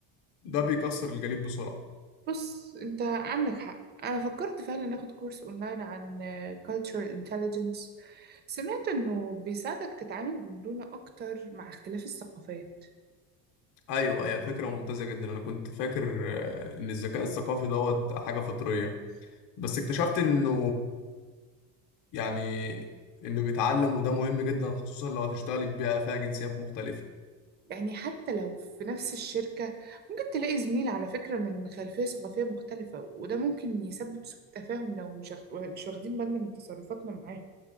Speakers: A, on the left (about 55°); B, on the right (about 25°).
A: ده بيكسر الجليد بسرعة
B: بص انت عندك حق انا فكرت فعلا اخد كورس اونلاين عن آه، cultural intelligence سمعت انه بيساعدك تتعامل بمرونة اكتر مع اختلاف الثقافات
A: أيوة هي فكرة ممتازة جدا أنا كنت فاكر آه، إن الذكاء الثقافي دوت حاجة فطرية بس اكتشفت إنه يعني إنه بيتعلم وده مهم جدا خصوصا لو هتشتغلي في بيئة فيها جنسيات مختلفة
B: يعني حتى لو في نفس الشركة ممكن تلاقي زميل على فكرة من خلفية ثقافية مختلفة وده ممكن يسبب سوء تفاهم لو مش أخ- مش واخدين بالنا من تصرفاتنا معاه